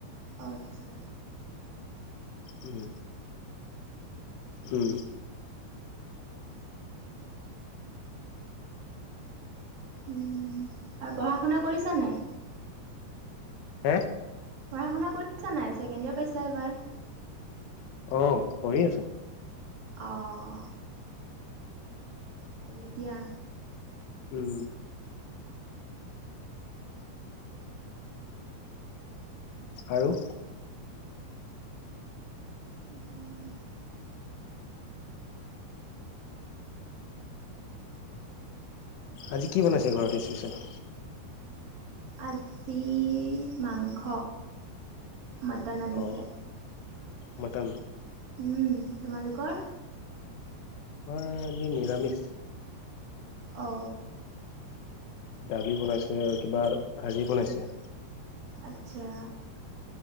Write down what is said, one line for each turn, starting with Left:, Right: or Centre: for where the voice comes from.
Right: আতচ্ছা।
Left: উম উম।
Right: উম। আৰু পঢ়া শুনা কৰিছা নাই?
Left: হে?
Right: পঢ়া শুনা কৰিছা নাই? ছেকেণ্ড ইয়ৰ পাইছা এইবাৰ।
Left: অ কৰি আছো।
Right: অহ। ভালে দিয়া,
Left: উম। আৰু?
Right: উম।
Left: আজি কি বনাইছে ঘৰত স্পেচিয়েল?
Right: আজি মাংস, মটন আনিছে।
Left: অ মটন?
Right: উম। তোমালোকৰ?
Left: আজি নিৰামিষ।
Right: অঁ।
Left: দালি বনাইছে আৰু কিবা ভাজি বনাইছে।
Right: আতচ্ছা।